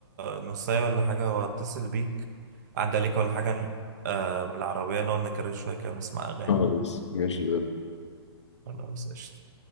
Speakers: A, on the right (about 40°); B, on the left (about 90°).
A: نصايه ولا حاجه واتصل بيك عدى عليك ولا حاجه آه بالعربيه نقعد نكرر شويه كده ونسمع اغاني
B: خالص ماشي ده
A: خلاص قشطه